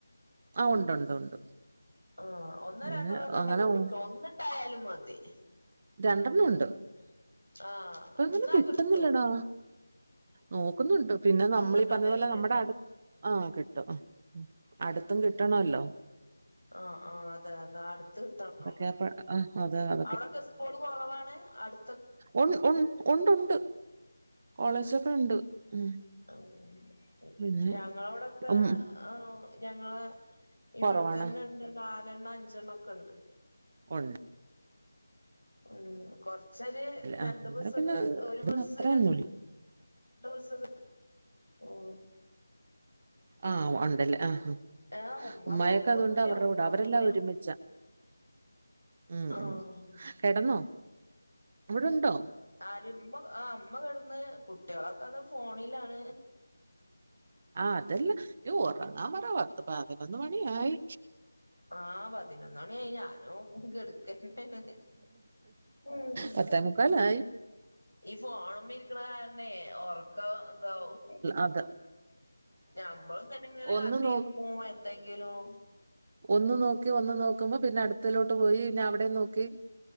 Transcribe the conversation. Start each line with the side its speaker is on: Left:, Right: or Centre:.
Right: ആഹ് ഉണ്ട് ഉണ്ട് ഉണ്ട്
Left: ആഹ് ഒന്നും
Right: ഇങ്ങനെ
Left: രണ്ടെണ്ണം ഒക്കെ ഇണ്ടെങ്കി
Right: അങ്ങനെ
Left: കിട്ടും
Right: ഉ-
Left: ഒന്ന് ഇണ്ടായാലും മതി
Right: രണ്ടെണ്ണം ഉണ്ട് ഇപ്പ
Left: ആ
Right: അങ്ങനെ
Left: എന്നാ
Right: കിട്ടുന്നില്ലടാ
Left: കിട്ടും
Right: നോക്കുന്നുണ്ട് പിന്നെ നമ്മളീ
Left: ഒന്നൊക്കെ
Right: പറഞ്ഞ
Left: ഉണ്ടെങ്കിലേ
Right: പോലെ നമ്മടെ അട് ആഹ് കിട്ടും അട്ത്തും കിട്ടണല്ലോ
Left: ആഹ് ആഹ് അതെ അതെ അടുത്ത് കിട്ടണം
Right: <unintelligible> ആഹ് അതെ
Left: അവിടൊക്കെ സ്കൂള് കൊറവാണ് അട്
Right: ഉൺ ഉൺ ഉണ്ട് ഉണ്ട് കോളേജൊക്കെ ഉണ്ട് ഉം
Left: <unintelligible>
Right: പിന്നെ
Left: ഞങ്ങളെ ഇവിടെക്കെ
Right: ഉം
Left: ഏ ഞങ്ങളെ ഇവിടെ
Right: കൊറവാണ്.
Left: തന്നെണ്ട് നാലെണ്ണം അഞ്ചെണ്ണോക്കെണ്ട്
Right: ഒണ്ട്
Left: ഉം കൊറച്ചര് രണ്ട്
Right: ആ അന്നേരം
Left: ബസൊക്കെ
Right: പിന്നെ
Left: ഒരു
Right: പിന്നെ
Left: ബസ്സ്‌
Right: അത്രയൊന്നുമില്ല.
Left: രൺ ണ്ട് ബസ്സൊക്കെ ഉം
Right: ആഹ് ഉണ്ടല്ലേ ആഹ് ആഹ്
Left: ഏ ഉമ്മ
Right: ഉമ്മായൊക്കെ
Left: കൊഴപ്പൊന്നുല്ല
Right: അതോണ്ട് അവരുടെ
Left: കൊഴപ്പൊന്നുല്ല
Right: കൂടെ അവരെല്ലാം ഒരുമിച്ചാ ഉം
Left: ആഹ്
Right: ഉം കെടന്നോ ഇവടെണ്ടോ
Left: ആര് ഇമ്മ ആഹ് ഇമ്മ കടന്ന് കുട്ട്യേളൊക്കെ അതാ ഫോണിലാണ്
Right: ആഹ് അതല്ല ഒറങ്ങാൻ പറ പത്ത് പതിനൊന്ന് മണിയായി
Left: ആഹ് പതി നൊന്ന് മണിയായി ഞാനും കെടക്കട്ടേന്ന് പറയാ
Right: പത്തേ മുക്കാലായി.
Left: ഈ ഫോണിമ്മ ഇരിക്കണ കാരണേ ഒറക്കം ഇതാവും
Right: അതെ
Left: ഞമ്മളും തന്നെ ഇങ്ങനെ
Right: ഒന്ന്
Left: കണ്ടിരിക്കും
Right: നോ
Left: എന്തെങ്കിലും
Right: ഒന്ന് നോക്കി ഒന്ന് നോ ക്കുമ്പോ പിന്നെ അട്ത്തതിലോട്ട് പോയി പിന്നെ അവിടെ നോക്കി